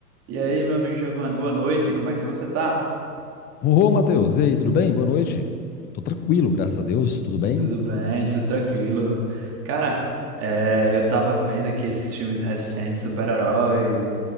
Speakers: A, on the right; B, on the left.
A: E aí, meu amigo Giovanni, boa noite. Como é que você tá?
B: Ô, Matheus, e aí, tudo bem? Boa noite. Tô tranquilo, graças a Deus, tudo bem?
A: Tudo bem, tudo tranquilo. Cara, é, eu tava vendo aqui esses filmes recentes, super-herói,